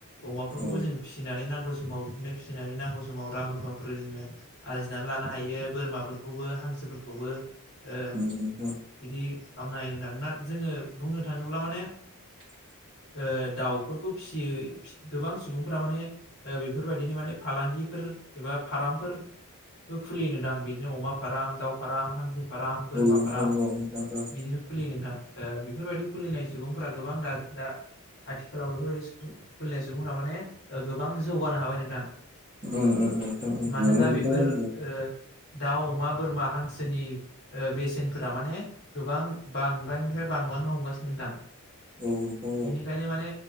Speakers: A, on the left; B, on the right.
A: अमाफोरखौबो
B: औ
A: जोङो फिसिनानै नांगौ समाव बिदिनो फिसिनानै नांगौ समाव रां रुफाफोर जोङो आरजिनानै लानो हायो बोरमाफोरखौबो हांसोफोरखौबो ओ
B: नोंथां
A: बिदि खालामनो हायो नोंथां ना जोङो बुंनो थाङोब्ला माने
B: <inaudible>
A: ओ दाउफोरखौ फिसियो गोबां सुबुंफोरा माने ओ बेफोरबायदिनो माने फालांगिफोर एबा फारामफोरबो खुलि नदां बिदिनो अमा फार्म दावउ फाराम हांसो फाराम बोरमा
B: औ नोंथां
A: फाराम
B: औ नोंथां औ
A: बिदिनो खुलियो नोंथां ओ बेफोरबायदि खुलिनाय सुबुंफोरा गोबां दा दा आथिखालाव बेफोरबायदि खुलिनाय सुबुंफोरा माने गोबां जौगानो हाबाय नोंथां
B: उम उम उम उम उम
A: मानोना
B: उम
A: बेफोर
B: नुनो मोनदों
A: ओ
B: आंबो
A: दाउ अमा बोरमा हांसोनि ओ बेसेनफोरा माने गोबां बांद्राय फ्राय बांलांनो हमगासिनो नोंथां
B: औ नोंथां औ
A: बेनिखायनो माने